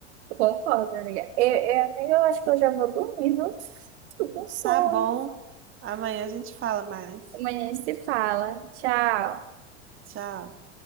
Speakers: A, on the right (about 65°); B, on the right (about 35°).
A: Eu Concordo, amiga. Eu, eu, amiga, eu acho que eu já vou dormir, viu? Tô com sono.
B: Tá bom, amanhã a gente fala mais.
A: Amanhã a gente se fala. Tchau.
B: Tchau.